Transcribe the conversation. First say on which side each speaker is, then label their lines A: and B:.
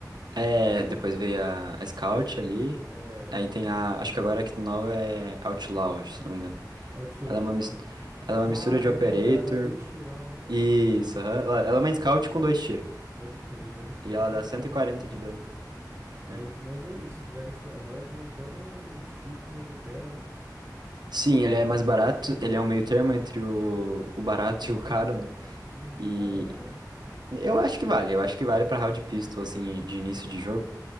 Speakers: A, on the right; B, on the right.
A: É,
B: E.
A: depois veio a, a Scout ali.
B: É.
A: Aí
B: aí,
A: tem a. Acho que agora a que nova é Outlaw, acho, se não me engano.
B: Outlaw.
A: Ela é uma, mis- ela é uma
B: Ah,
A: mistura de
B: é,
A: Operator.
B: que ela dá dois tirão, né?
A: Isso,
B: De,
A: aham.
B: de,
A: Ela,
B: de
A: ela
B: negócio.
A: é uma Scout com dois tiros.
B: Pode crer, pode crer.
A: E ela
B: Maneirinho,
A: dá cento e quarenta
B: maneirinho.
A: de dano.
B: Mas,
A: né?
B: mas é isso. várias fo- Agora tem até um, um shield que recupera, né?
A: Sim, ele é mais barato, ele é um meio termo entre o, o barato <laughs> e o caro, né?
B: Uhum,
A: E
B: E vale a pena?
A: eu acho que vale, eu acho que vale pra round pistol, assim, de início de jogo,